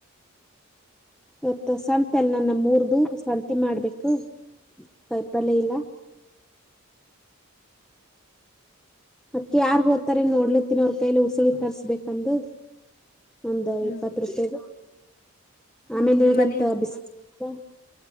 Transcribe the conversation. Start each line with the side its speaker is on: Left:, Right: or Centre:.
Centre: ಇವತ್ತು ಸಂತೆ ಅಲ್ಲ ನನ್ನಮ್ಮ ಮೂರ್ದು ಸಂತಿ ಮಾಡ್ಬೇಕು ಕಾಯಪಲ್ಯ ಇಲ್ಲ. ಅದ್ಕ ಯಾರ್ ಹೋಗ್ತಾರನ್ ನೋಡ್ಲತ್ತನಿ ಅವ್ರ ಕೈಯಲಿ ಉಸುಳಿದ ಕರ್ಸ್ಬೇಕಂದು. ಒಂದ್
Left: ಹ್ಮ್
Centre: ಇಪ್ಪತ್ ರೂಪಾಯಗ ಆಮೇಲೆ
Left: ನಿಮ್
Centre: ಈಗತ್ತ
Left: ಮನಿ
Centre: ಬಿಸ. ಹಾ.